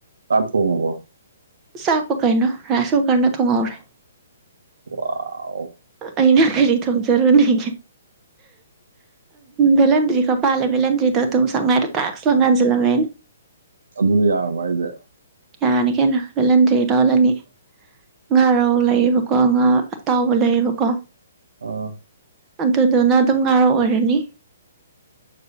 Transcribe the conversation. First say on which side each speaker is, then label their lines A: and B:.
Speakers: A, on the right; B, on the right.
A: ꯇꯣꯡꯉꯕꯣ
B: ꯆꯥꯛꯄ ꯀꯩꯅꯣ ꯔꯥꯏꯁ ꯀꯨꯀꯔꯅ ꯊꯣꯡꯍꯧꯔꯦ
A: ꯋꯥ
B: ꯑꯩꯅ ꯐꯦꯔꯤ ꯊ ꯍꯦ ꯔꯅꯤ ꯕꯂꯗ꯭ꯔꯤ ꯀ ꯄꯥꯂꯦ ꯦꯂꯗ꯭ꯔꯤꯗ ꯑꯗꯨ ꯁꯔ ꯇ꯭ꯔꯥꯛ ꯂ ꯉꯥꯟꯁꯤꯂ ꯃ
A: ꯑꯗꯨꯅ ꯌꯥꯔꯕ ꯍꯥꯏꯁꯦ
B: ꯌꯥꯔꯅꯤ ꯀꯩꯅꯦꯠꯍꯟꯗ꯭ꯔꯤ ꯇꯥꯎꯜꯂꯅꯤ ꯉꯥꯔꯥꯎ ꯂꯩꯌꯦꯕꯀꯣ ꯉꯥ ꯑꯇꯥꯎꯕ ꯂꯩꯌꯦꯕꯀꯣ
A: ꯑꯣ
B: ꯑꯗꯨꯗꯨꯅ ꯑꯗꯨꯝ ꯉꯥꯔꯛꯑꯣꯔꯅꯤ